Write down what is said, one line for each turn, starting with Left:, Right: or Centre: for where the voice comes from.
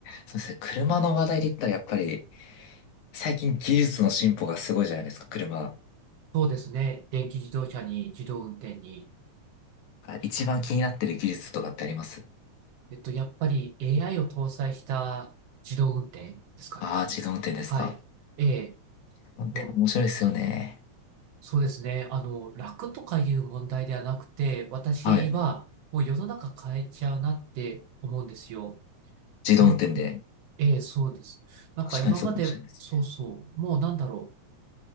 Left: そうですね。車の話題で言ったらやっぱり最近技術の進歩がすごいじゃないですか、車。
Right: そうですね。電気自動車に自動運転に。
Left: あ一番気になってる技術とかってあります
Right: えっと、やっぱり AI を搭載した自動運転ですかね。
Left: ああー、自動運転ですか。
Right: はい。
Left: 自
Right: ええ、
Left: 動運転面白いですよね。
Right: もう、そうですね。あの、楽とかいう問題ではなくて、私はもう世の中変えちゃうなって思うんですよ。
Left: はい。自動運転で。
Right: なん、ええ、そうです。なんか今まで、
Left: 確かにそうかもしれないですね。
Right: そうそう、もうなんだろう。